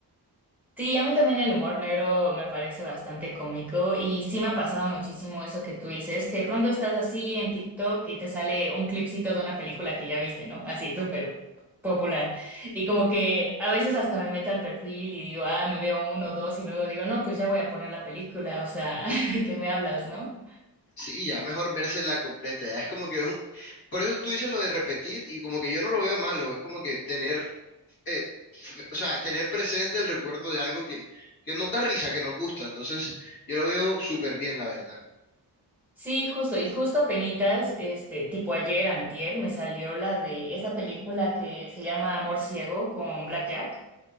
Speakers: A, in the centre; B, on the left.
A: Sí, a mí también el humor negro me parece bastante cómico y sí me ha pasado muchísimo eso que tú dices, que de pronto estás así en TikTok y te sale un clipcito de una película que ya viste, ¿no? Así, súper popular. Y como que a veces hasta me meto al perfil y digo, ah, me veo uno o dos y luego digo, no, pues ya voy a poner la película, o sea, <laughs> ¿de qué me hablas, no?
B: Sí, ya mejor vérsela completa, ya es como que es un... Por eso tú dices lo de repetir y como que yo no lo veo malo, es como que tener eh, o sea, tener presente el recuerdo de algo que, que nos da risa, que nos gusta. Entonces, yo lo veo súper bien, la verdad.
A: Sí, justo, y justo apenitas, este, tipo ayer, antier, me salió la de esta película que se llama Amor Ciego con Black Jack.